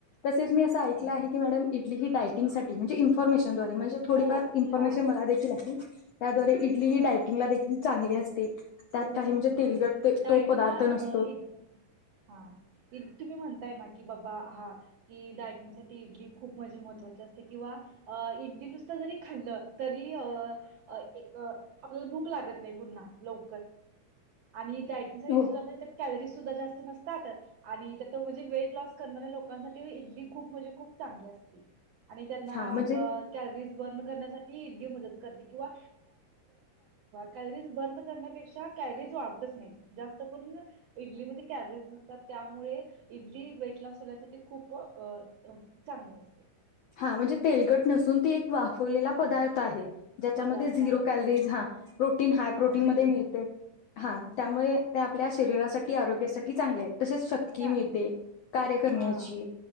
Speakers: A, on the left; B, on the right.
A: तसेच मी असं ऐकलं
B: हो
A: आहे की मॅडम इडली ही डायटंगसाठी म्हणे इन्फॉमेशन डोन्ट वरी म्हणजे थोडीफार
B: हो
A: इन्फॉर्मेशन
B: हा
A: मला देखील आहे इतकीही
B: हा
A: डायटंगला देखील चांगले असते. त्यात
B: हो
A: काही
B: हो
A: म्हणजे
B: हो
A: तेलगट ते
B: डायटिंगला
A: तो पदार्थ नस
B: अ हा तुम्ही म्हणताय की बाबा हा कि डायटिंगसाठी इडली खूप मजे महत्वाची असते किंवा इडली नुसत जरी खाल्लं तरी एक आपल्याला भूक लागत नाही पुन्हा लव आणि डायटिंग
A: हो
B: कॅलरीज सुद्धा जास्त त्या म्हणजे वेट लस करणाऱ्या लोकांसाठी इडली खूप म्हणजे खूप चांगली असते. आणि त्यांना
A: हा म्हणजे
B: कॅलरी बंद करण्या साठी इडली मदद करते किंवा कारली बंद करण्या कॅलरीज वापरत नाहीत जास्त पण इडलीमध्ये कॅ नसतात त्यामुळे इडली वेट लॉस होण्यासाठी खूप अ चांगली असते
A: हा म्हणजे तेलगट नसून ते वाफवलेला
B: हा
A: पदार्थ आहे. ज्याच्यामध्ये
B: पदार्थ
A: झिरो
B: आहे
A: कॅलरीज ह हाय
B: हा
A: प्रोटीन
B: झिरो
A: मध्ये लिहितय हा त्यामुळे त्या आपल्या शरीरासाठी आरोग्यासाठी चांगले आहेत. तसेच शक्ती
B: चांगली
A: मिळते
B: आहे.
A: कार्य करण्याची
B: हा